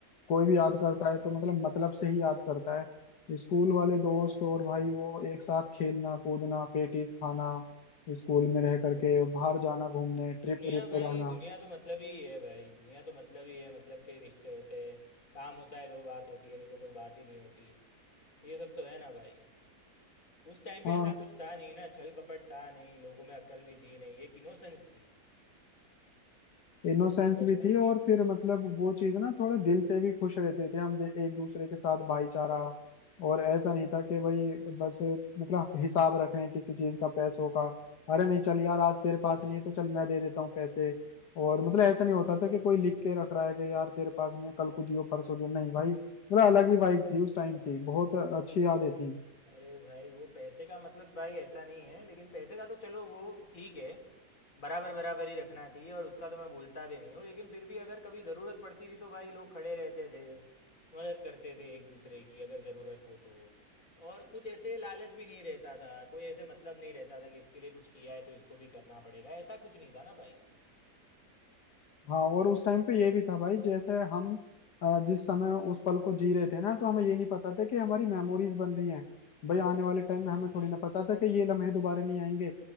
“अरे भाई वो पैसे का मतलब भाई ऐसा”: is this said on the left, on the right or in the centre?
Left